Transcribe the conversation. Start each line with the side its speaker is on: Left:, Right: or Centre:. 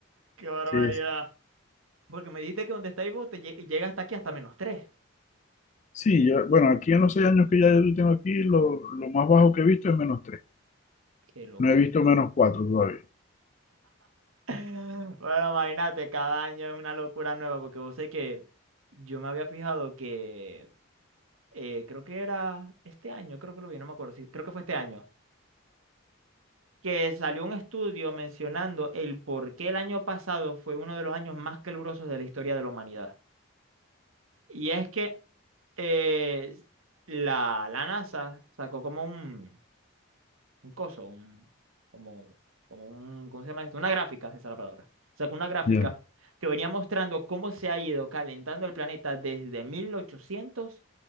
Right: ¡Qué barbaridad!
Left: Sí, sí.
Right: Porque me dijiste que donde estáis vos te lle- llega hasta aquí, hasta menos tres.
Left: Sí, ya- bueno, aquí en los seis años que ya yo tengo aquí, lo, lo más bajo que he visto es menos tres.
Right: Qué locura.
Left: No he visto menos cuatro todavía.
Right: <laughs> Bueno, imagínate, cada año es una locura nueva, porque vos sé que yo me había fijado que eh, creo que era este año, creo que lo vi, no me acuerdo, sí, creo que fue este año, que salió un estudio mencionando el por qué el año pasado fue uno de los años más calurosos de la historia de la humanidad. Y es que eh, la, la NASA sacó como un, un coso, un, como, como un, ¿cómo se llama esto? Una gráfica, esa es la palabra. Sacó una gráfica
Left: Bien.
Right: que venía mostrando cómo se ha ido calentando el planeta desde 1800